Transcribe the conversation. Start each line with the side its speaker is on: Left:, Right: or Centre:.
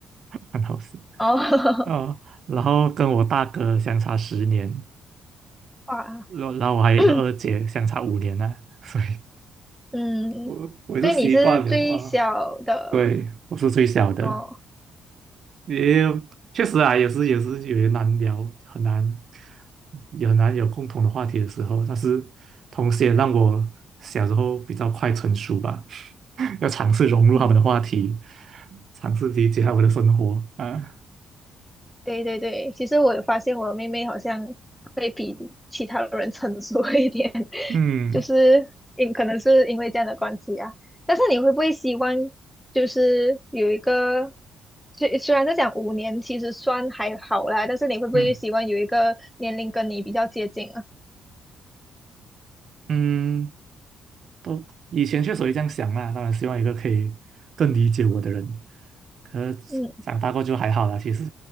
Right: <laughs> 很好笑。
Centre: 哦，<laughs>
Right: 哦，然后跟我大哥相差十年，
Centre: 哇，
Right: 然后然后我还有一个二姐相差五年呢、
Centre: <clears throat>
Right: 所以
Centre: 嗯，
Right: 我我就习惯了哇。
Centre: 所以你是最小的
Right: 对，我是最小的，
Centre: 哦。
Right: 也确实啊，也是也是有些难聊，很难，也很难有共同的话题的时候。但是，同时也让我小时候比较快成熟吧，<laughs> 要尝试融入他们的话题，
Centre: 嗯。
Right: 尝试理解他们的生活啊。
Centre: 对对对，其实我有发现我妹妹好像会比其他人成熟一点，<laughs>
Right: 嗯
Centre: 就是因可能是因为这样的关系啊。但是你会不会希望就是有一个，虽虽然是讲五年，其实算还好啦，但是你会不会希望有一个年龄跟你比较接近啊？
Right: 嗯嗯，都以前确实会这样想啦，当然希望有一个可以更理解我的人。可是长大过就还好啦，
Centre: 嗯，
Right: 其实